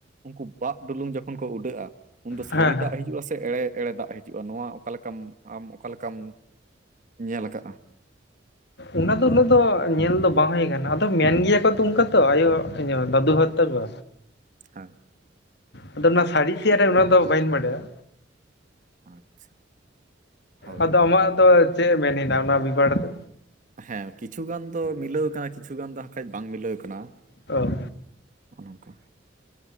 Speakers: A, on the right (about 45°); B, on the left (about 65°).
A: ᱩᱱᱠᱩ ᱵᱟᱜ ᱰᱩᱞᱩᱝ ᱡᱚᱠᱷᱚᱱ ᱠᱚ ᱩᱰᱟᱹᱜᱼᱟ ᱩᱱᱫᱚ
B: ᱦᱮᱸ
A: ᱥᱟᱹᱨᱤ
B: ᱦᱮᱸ
A: ᱫᱟᱜ ᱦᱤᱡᱩᱜᱼᱟ ᱥᱮ ᱮᱲᱮ ᱮᱲᱮ ᱫᱟᱜ ᱦᱤᱡᱩᱜᱼᱟ ᱱᱚᱣᱟ ᱚᱠᱟ ᱞᱮᱠᱟᱢ ᱟᱢ ᱚᱠᱟ ᱞᱮᱠᱟᱢ ᱧᱮᱞ ᱠᱟᱜᱼᱟ
B: ᱚᱱᱟ ᱫᱚ ᱩᱱᱟᱹᱜ ᱫᱚ ᱧᱮᱞ ᱫᱚ ᱵᱟᱝ ᱦᱩᱭ ᱟᱠᱟᱱᱟ ᱟᱫᱚ ᱢᱮᱱ ᱜᱮᱭᱟ ᱠᱚ ᱛᱚ ᱚᱱᱠᱟ ᱛᱚ ᱟᱭᱳ ᱫᱟᱫᱩ ᱦᱚᱲ ᱛᱟᱠᱳ
A: ᱦᱮᱸ
B: ᱟᱫᱚ ᱱᱟᱣᱟ ᱥᱟᱹᱨᱤ ᱥᱮ ᱮᱲᱮ ᱚᱱᱟ ᱫᱚ ᱵᱟᱹᱧ ᱵᱟᱰᱟᱭᱟ
A: ᱟᱪᱪᱷᱟ ᱦᱳᱭ
B: ᱟᱫᱚ ᱟᱢᱟᱜ ᱫᱚ ᱪᱮᱫ ᱢᱮᱱ ᱦᱮᱱᱟᱜ ᱟ ᱚᱱᱟ ᱵᱤᱵᱟᱨ ᱛᱮ
A: ᱦᱮᱸ ᱠᱤᱪᱷᱩ ᱜᱟᱱ ᱫᱚ ᱢᱤᱞᱟᱹᱣ ᱠᱟᱱᱟ ᱠᱤᱪᱷᱩ ᱜᱟᱱ ᱫᱚ ᱮᱱᱠᱷᱟᱡ ᱵᱟᱝ ᱢᱤᱞᱟᱹᱣ ᱠᱟᱱᱟ᱾
B: ᱚ
A: ᱚᱱ ᱱᱚᱝᱠᱟ